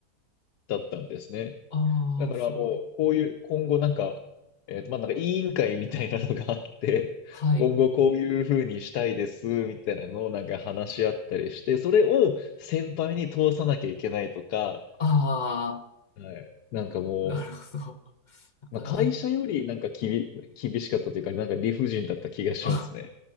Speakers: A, on the left (about 80°); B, on the left (about 50°).
A: だったんですね。
B: ああ、
A: だからもう、
B: すごい。
A: こういう、今後なんか、えっと、まあ、なんか委員会みたいなのがあって、<laughs>
B: はい。
A: 今後こういうふうにしたいです、みたいなのをなんか話し合ったりして、それを先輩に通さなきゃいけないとか、
B: ああ、
A: はい。なんかもう、
B: なるほど。<laughs> なかなか、
A: まあ、会社よりなんかきび、厳しかったというか、なんか理不尽だった気がしますね。
B: あ、